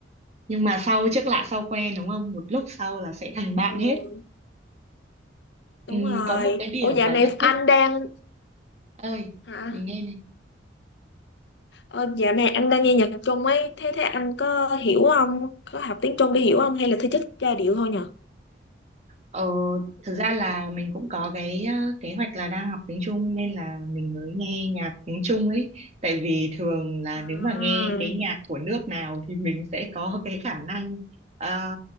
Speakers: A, on the right; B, on the left.
A: nhưng mà sau trước lạ sau quen đúng không một lúc sau là sẽ thành bạn
B: ừ,
A: hết Ừm,
B: đúng rồi
A: có một cái điểm
B: ủa dạo
A: mà
B: này
A: rất
B: anh
A: thích
B: đang
A: ơi
B: hả
A: mình nghe này
B: ờ, dạo này anh đang nghe nhạc Trung ấy thế thế anh có hiểu không có học tiếng Trung để hiểu không hay là thứ chất giai điệu thôi nhở
A: ờ thực ra là mình cũng có cái ờ, kế hoạch là đang học tiếng Trung nên là mình mới nghe nhạc tiếng Trung ấy tại vì thường là
B: à
A: nếu mà nghe cái nhạc của nước nào thì mình sẽ có cái khả năng ờ,